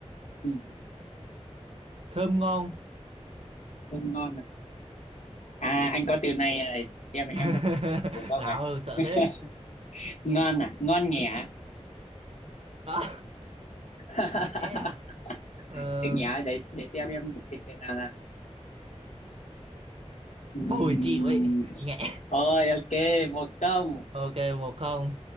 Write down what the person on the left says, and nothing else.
ừ,
thơm ngon à. à anh có từ này à, xem là
em có từ không
<laughs>
ngon à ngon nhẹ
<laughs>
từ nhẹ để để xem em thịt thế nào nào Ừm,
thôi ok một không